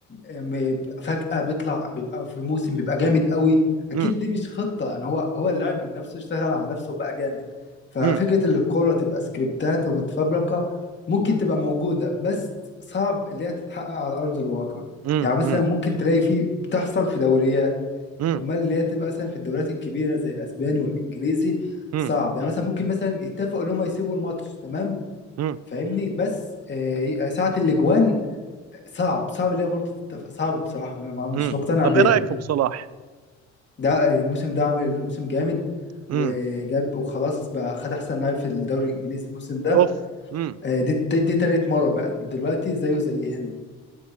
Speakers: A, on the left; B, on the right.
A: م- فجأة بيطلع بيبقى في موسم بيبقى جامد قوي اكيد
B: امم
A: دي مش خطة يعني هو هو اللاعب من نفسه اشتغل على نفسه وبقى جامد ففكرة
B: امم
A: ان الكورة تبقى سكريبتات ومتفبركة ممكن تبقى موجودة بس صعب اللي هي تتحقق على ارض الواقع
B: امم
A: يعني مثلا
B: امم
A: ممكن تلاقي في بتحصل في دوريات
B: امم
A: امال اللي هي تبقى مثلا في الدوريات الكبيرة زي الاسباني والانجليزي
B: امم
A: صعب يعني مثلا ممكن مثلا يتفقوا ان هم يسيبوا الماتش تمام
B: امم
A: فاهمني بس آه، ساعة الاجوان صعب صعب اللي هي برضه تتفق صعب بصراحة ما- مش
B: امم
A: مقتنع
B: طب
A: بيها
B: ايه رايك في ابو صلاح
A: ده الموسم ده عامل موسم جامد
B: امم
A: وجاب وخلاص بقى خد احسن لاعب في الدوري الانجليزي الموسم ده
B: اوف امم
A: آه، دي دي تالت مرة بقى دلوقتي زيه زي هنري